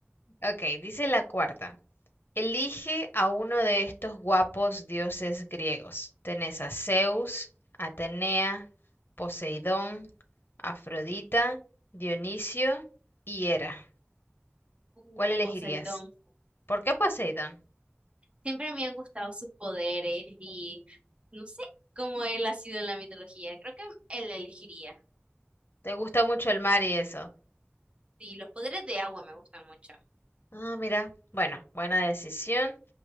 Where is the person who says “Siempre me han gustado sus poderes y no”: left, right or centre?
Right